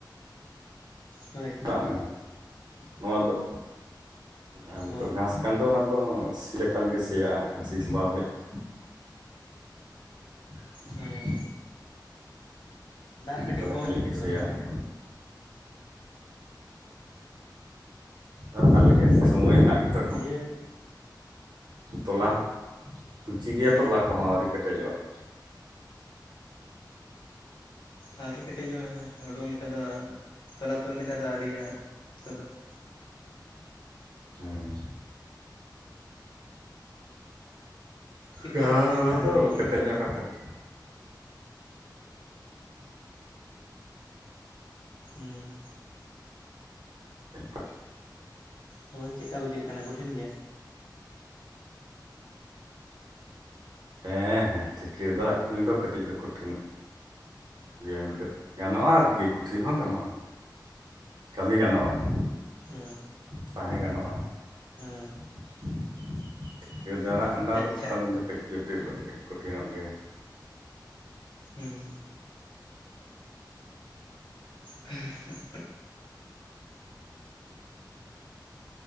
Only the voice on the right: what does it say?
ᱨᱟᱱ ᱱᱚᱣᱟ ᱫᱚ ᱟᱨ ᱱᱤᱛᱚᱜ
ᱜᱷᱟᱸᱥ ᱠᱟᱱ ᱫᱚ ᱚᱱᱟ ᱫᱚ ᱥᱤ ᱞᱮᱠᱷᱟᱱ ᱜᱮ ᱥᱮᱭᱟᱜᱼᱟ ᱠᱷᱟᱱ ᱥᱤᱥ ᱥᱟᱵᱟᱳ ᱦᱩᱭᱩᱜᱼᱟ ᱾ <inaudible>
ᱛᱟᱦᱚᱞᱮ
ᱠᱷᱟᱱ
ᱥᱮᱭᱟᱜᱼᱟ
ᱚᱱᱟ
ᱫᱚ <unintelligible> ᱥᱮ ᱥᱚᱢᱚᱭ ᱦᱮᱱᱟᱜ ᱜᱮᱛᱚ ᱾
ᱛᱚᱞᱟ ᱠᱩᱪᱤ ᱜᱮᱭᱟ
ᱛᱚᱞᱟ ᱠᱚᱦᱚᱸ ᱟᱹᱣᱨᱤ ᱠᱮᱴᱮᱡᱚᱜᱼᱟ ᱾
ᱦᱮᱸ ᱾
ᱜᱟ
ᱚᱱᱟ
ᱫᱚ
ᱠᱮᱴᱮᱡ
ᱧᱚᱜ
ᱠᱟ ᱠᱟᱛᱮ ᱾
<inaudible>
ᱦᱮᱸ ᱦᱮᱸ ᱴᱷᱤᱠᱟᱹ ᱫᱟᱨᱟᱜ ᱠᱟᱢᱤ ᱫᱚ ᱠᱟᱹᱴᱤᱡ ᱫᱚ ᱠᱚᱴᱷᱤᱱᱚᱜ ᱤᱱᱠᱟᱹ ᱜᱟᱱᱚᱜᱼᱟ ᱟᱨᱠᱤ ᱠᱩᱴᱷᱤᱱ ᱦᱚᱸ ᱜᱟᱱᱚᱜᱼᱟ ᱠᱟᱹᱢᱤ ᱜᱟᱱᱚᱜᱼᱟ ᱾
ᱛᱟᱦᱮᱸ ᱜᱟᱱᱚᱜᱼᱟ
᱾ ᱴᱤᱠᱟᱹ ᱫᱟᱨᱟ ᱟᱱᱰᱟᱨ
ᱨᱮᱫᱚ ᱠᱟᱹᱢᱤ ᱫᱚ ᱠᱟᱹᱡ ᱡᱚᱴᱤᱞᱚᱜ ᱜᱮ ᱠᱚᱴᱷᱤᱱᱚᱜ ᱜᱮᱭᱟ ᱾